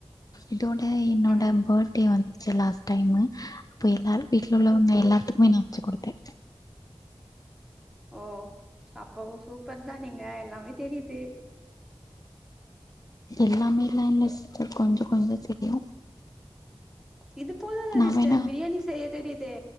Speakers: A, on the left; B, in the centre.
A: இதோட என்னோட
B: ம்
A: பெட்டே வந்துச்சி லாஸ்ட் டைமு அப்ப எல்லா வீட்ல உள்ளவங்க
B: ம்
A: எல்லாத்துக்குமே நா அம்ச்சி கொடுத்தே
B: ஓ அப்போ சூப்பர் தா நீங்க எல்லாமே தெரிது
A: எல்லாமேல்லால்ல சிஸ்டர் கொஞ்சோ கொஞ்சோ தெரியு
B: இது போதாதா
A: நா
B: சிஸ்டர்
A: வேணா
B: பிரியாணி செய்ய தெரிதே